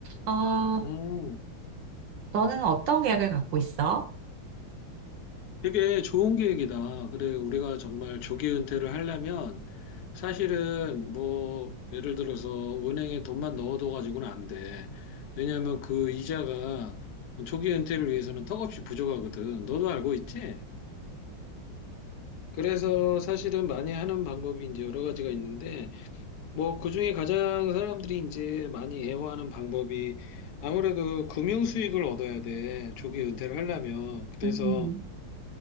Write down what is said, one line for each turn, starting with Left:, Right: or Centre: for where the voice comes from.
Right: 어,
Left: 응,
Right: 너는 어떤 계획을 갖고 있어?
Left: 되게 좋은 계획이다. 그래, 우리가 정말 조기 은퇴를 하려면 사실은 뭐 예를 들어서 은행에 돈만 넣어둬 가지고는 안 돼. 왜냐하면 그 이자가 조기 은퇴를 위해서는 턱없이 부족하거든. 너도 알고 있지? 그래서 사실은 많이 하는 방법이 이제 여러 가지가 있는데 뭐 그중에 가장 사람들이 이제 많이 애호하는 방법이 아무래도 금융 수익을 얻어야 돼. 조기 은퇴를 하려면. 그래서
Right: 음,